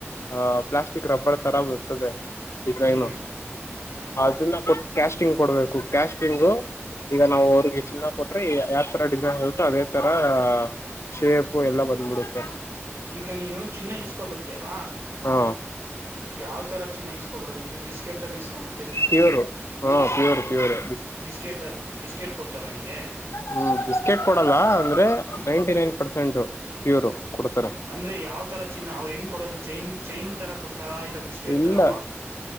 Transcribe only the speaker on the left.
ಹ ಪ್ಲಾಸ್ಟಿಕ್ ರಬ್ಬರ್ ತರ ಬರ್ತದೆ ಡಿಸೈನು
ಅದನ್ನ ಕೊ ಕ್ಯಾಸ್ಟಿಂಗ್ ಕೊಡ್ಬೇಕು ಕ್ಯಾಸ್ಟಿ್ ಂಗು ಈಗ ನಾವು ಅವ್ರಿಗೆ ಚಿನ್ನಾಗ ಕೊಟ್ರಿ ಯಾವ್ ತರ ಡಿಸೈನ್ ಹತು ಅದೇ ತರ ಶೇಪ್ಪು ಎಲ್ಲ ಬಂದ್ಬಿಡುತ್ತೆ
ಹಾ
ಪ್ಯೋರ್ ಹಾ ಪ್ಯೋರ್ ಪ್ಯೋರ್
ಹ್ಮ ಬಿಸ್ಕೆಟ್ ಕೊಡಲ್ಲ ಅಂದ್ರೆ
ನೈಂಟಿ ನೈನ್ ಪರ್ಸೆಂಟ್ ಪ್ಯೂರ್ ಕೊಡ್ತಾರೆ
ಇಲ್ಲ